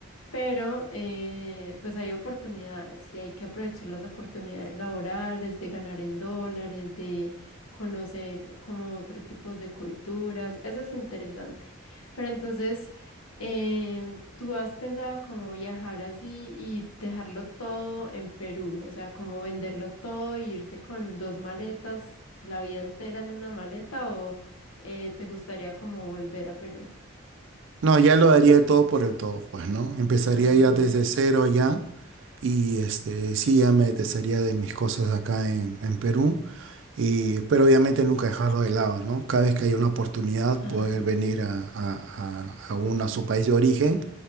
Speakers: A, on the left; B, on the right.
A: Pero eh, pues hay oportunidades y hay que aprovechar las oportunidades laborales, de ganar en dólares, de conocer como otros tipos de culturas. Eso es interesante. Pero entonces, em, ¿tú has pensado como viajar así y dejarlo todo en Perú? O sea, como venderlo todo e irse con dos maletas, la vida entera en una maleta o eh, te gustaría como volver a Perú?
B: No, ya lo daría el todo por el todo, pues, ¿no? Empezaría
A: Ajá,
B: ya desde cero ya. Y este, sí, ya me desharía de mis cosas acá en, en Perú. Y- pero obviamente nunca dejarlo de lado, ¿no? Cada vez que hay una oportunidad,
A: ajá.
B: poder venir a, a, a- a uno, a su país de origen